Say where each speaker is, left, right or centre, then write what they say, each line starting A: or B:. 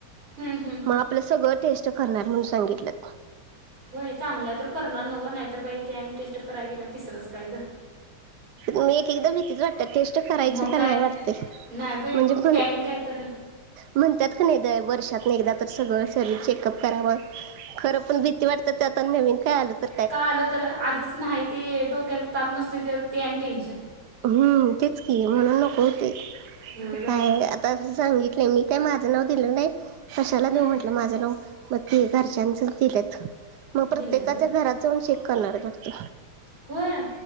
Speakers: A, on the right (about 85°); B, on the right (about 65°).
A: हं-हं.
B: मग आपलं सगळं टेस्ट करणार म्हणून सांगितल्यात.
A: होय चांगल तर करणार नव्ह, नाहीतर बाई ते आणि टेस्ट कराय गेलं तिसरंच काय तर.
B: मग एक एकदा भीतीच वाटत्या, टेस्ट करायची
A: मग
B: का
A: काय
B: नाही वाटतय.
A: नाही बाई
B: म्हणजे पण
A: त्याने काय तर
B: म्हणतात का नाही दय वर्षात न एकदा तर सगळं शरीर चेकअप करावं. खरं पण भीती वाटत्या त्यात आणि नवीन काय आलं तर.
A: काय आलं तर आधीच नाही ते डोक्याला ताप नसतोय ते, ते आणि टेन्शन.
B: हम्म तेच की म्हणून नको होतयं
A: होय बाई
B: काय.
A: ना
B: तसं सांगितलंय मी काय माझं नाव दिलं नाही, कशाला
A: हम्म,
B: देऊ म्हटलं माझं नाव. मग ते घरच्यांच दिल्यात. मग प्रत्येकाच्या
A: दिल्याचं
B: घरात जाऊन चेक करणार आहेत वाटत.
A: होय